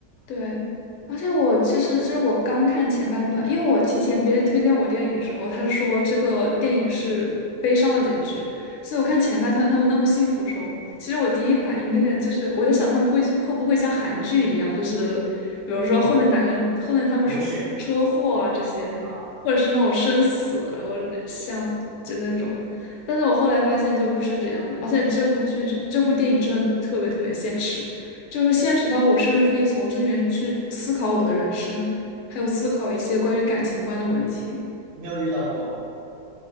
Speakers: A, on the left; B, on the right.
A: 对，而且我其实就是我刚看前半段，因为我提前别人推荐我电影的时候，他是说这个电影是悲伤的结局，所以我看前半段他们那么幸福的时候，其实我第一反应有点就是我在想他们会会不会像韩剧一样，就是比如说后面哪个后面他们是车祸啊这些，
B: 狗血啊。
A: 或者是那种生死，然后像就那种，但是我后来发现就不是这样的，而且这部剧这这部电影真的特别特别现实。就是现实到我甚至可以从这里面去思考我的人生，
B: 嗯，
A: 还有思考一些关于感情观的问题。
B: 你有遇到过吗？